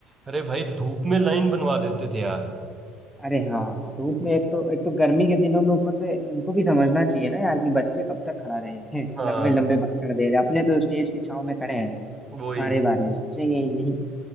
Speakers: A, on the right; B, in the centre.
A: अरे भाई धूप में लाइन बनवा देते थे यार
B: अरे हाँ धूप में एक तो एक तो गर्मी के दिनों में ऊपर से उनको भी समझना चाहिए ना यार कि बच्चे कब तक खड़ा रहेंगे
A: हाँ
B: लंबे लंबे भाषण दे रहे हैं अपने तो स्टेज की छाव में खड़े हैं
A: वही
B: हमारे बारे में सोचेंगे ही नहीं